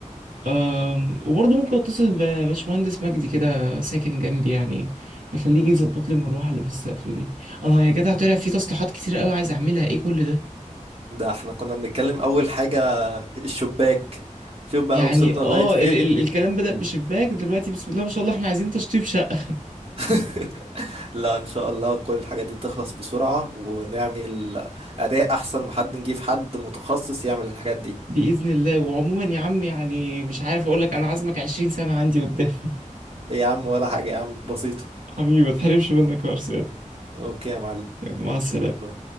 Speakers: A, on the right; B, on the right.
A: أم، وبرضه ممكن اتصل بباشمهندس مجدي كده ساكن جنبي يعني اخليه يجي يظبط لي المروحه اللي في السقف دي انا يا جدع طلع في تصليحات كتير قوي عايز اعملها ايه كل ده
B: ده احنا كنا بنتكلم اول حاجة الشباك شوف بقى
A: يعني
B: وصلنا
A: اه
B: لغاية فين
A: ال ال الكلام بدأ بشباك دلوقتي بسم الله ما شاء الله احنا عايزين تشطيب شقه
B: <laughs> لا ان شاء الله كل الحاجات دي تخلص بسرعة ونعمل اداء احسن ما حد نجيب حد متخصص يعمل الحاجات دي
A: <laughs> باذن الله وعموما يا عم يعني مش عارف اقول لك انا عازمك 20 سنه عندي قدام
B: إيه يا عم ولا حاجة يا عم بسيطة
A: <laughs> حبيبي ما تحرمش منك يا أرسلان
B: اوكي يا معلم
A: يعني مع السلامه
B: جود بقى